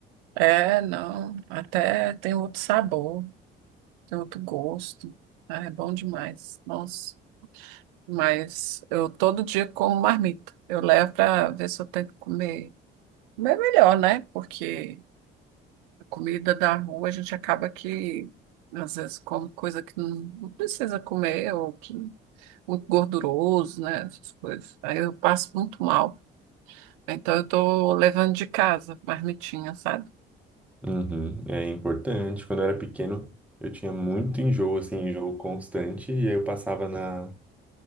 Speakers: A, on the right; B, in the centre.
A: é, não, até tem outro sabor, tem outro gosto. Ah, é bom demais. Nossa, mas eu todo dia como marmita. Eu levo para ver se eu tenho que comer, comer melhor, né? Porque a comida da rua a gente acaba que às vezes come coisa que não, não precisa comer ou que é muito gorduroso, né? Essas coisas. Aí eu passo muito mal. Então eu tô levando de casa, marmitinha, sabe?
B: Uhum, é importante. Quando eu era pequeno, eu tinha muito enjoo, assim, enjoo constante, e aí eu passava na,